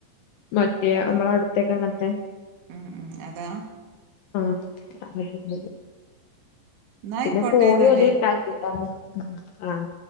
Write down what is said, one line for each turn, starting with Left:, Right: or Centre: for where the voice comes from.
Left: മറ്റേ നമ്മള അവിടുത്തേക്ക അങ്ങനത്തെ
Right: ഉം ഉം അതാ
Left: ആഹ് അത് <unintelligible>
Right: ന്നായിക്കോട്ടെ
Left: പിന്നെ കോണി
Right: എന്നാല്
Left: ഓര് ഉണ്ടാക്കിണ്ടാര്ന്ന് ആഹ്